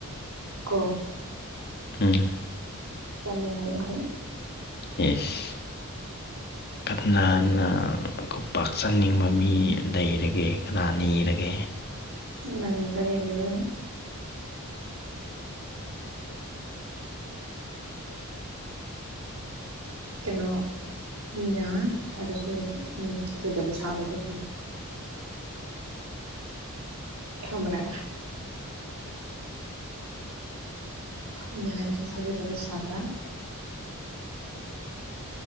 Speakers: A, on the right; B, on the left.
A: ꯀꯣ
B: ꯎꯝ
A: ꯆꯅꯤꯡ ꯉꯒꯗꯤ
B: ꯌꯦꯁ ꯀꯅꯥꯅ ꯑꯩꯈꯣꯏ ꯈꯨꯄꯥꯛꯆꯟꯅꯤꯡꯕ ꯃꯤ ꯂꯩꯔꯒꯦ ꯀꯅꯥ ꯅꯤꯔꯒꯦ
A: ꯅꯪ ꯆꯥꯅꯤꯡꯉꯤꯗꯣ ꯀꯩꯅꯣ ꯃꯤꯅ ꯍꯥꯏꯔꯁꯨ ꯃꯤ ꯊꯥꯖꯗꯕ ꯁꯥꯕꯗꯣ ꯊꯝꯔꯥ ꯃꯤꯅ ꯍꯥꯏꯔꯤꯁꯨ ꯊꯥꯖꯗꯕ ꯁꯥꯕ